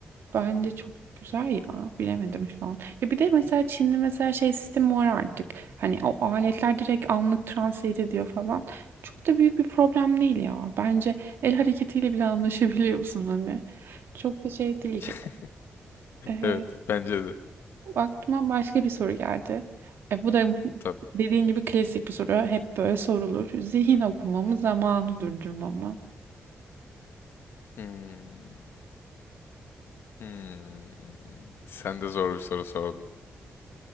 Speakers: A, on the right; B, on the left.
A: bence çok güzel ya bilemedim şu an. Ya bir de mesela Çin'de mesela şey sistemi var artık hani o aletler direkt anlık translate ediyor falan çok da büyük bir problem değil ya bence el hareketiyle bile anlaşabiliyorsun hani çok da şey değil
B: <laughs>
A: gibi. E,
B: Evet, bence de.
A: aklıma başka bir soru geldi. E, bu da
B: Tabii.
A: dediğin gibi klasik bir soru hep böyle sorulur zihin okumamı zamanı durdurmamı.
B: Hmm. Hmm, sen de zor bir soru sordun.